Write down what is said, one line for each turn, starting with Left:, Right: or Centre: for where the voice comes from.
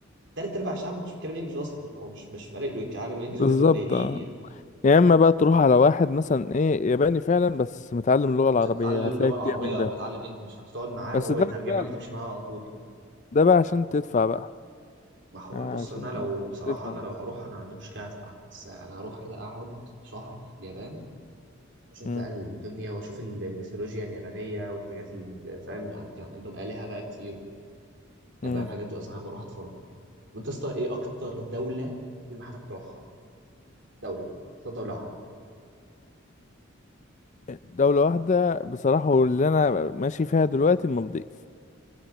Right: تلات ارباع الشعب مش بيتكلم انجليش اصلا هو مش مش فارق له يتكلم انجليش
Left: بالظبط
Right: غير القليلين يعني
Left: يا اما بقى تروح على واحد مثلا ايه ياباني فعلا بس متعلم اللغة العربية
Right: بس بتتعلم
Left: هتلاقي
Right: اللغه
Left: كتير
Right: العربيه
Left: من ده
Right: او متعلم انجليش فانت تقعد معاه
Left: بس
Right: وهو
Left: ده
Right: يترجم
Left: بقى
Right: لك وتمشي معاه على طول
Left: ده بقى عشان تدفع بقى
Right: ما هو
Left: آه،
Right: بص
Left: عشان
Right: انا لو بصراحه
Left: هتدفع
Right: انا لو هروح انا ما عنديش مشكله هدفع بس انا هروح كده اقعد شهر في اليابان اشوف
Left: مم.
Right: بقى الدنيا واشوف ال- الميثولوجيا اليابانيه والحاجات اللي فاهم اللي عند- كان عندهم الهه بقى كتير بحب
Left: مم.
Right: بقى الحاجات دي اصلا انا بروح اتفرج وانت يا اسطى ايه اكتر دوله اللي حضرتك تروحها دوله اختار دوله واحده
Left: دولة واحدة بصراحة واللي انا ماشي فيها دلوقتي المالديف